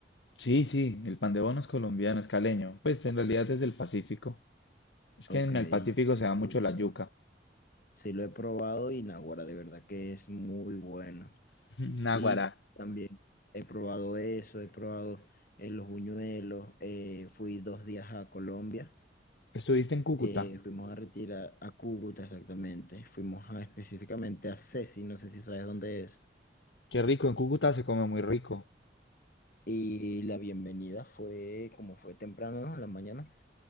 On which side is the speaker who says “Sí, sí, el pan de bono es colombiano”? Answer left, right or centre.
Left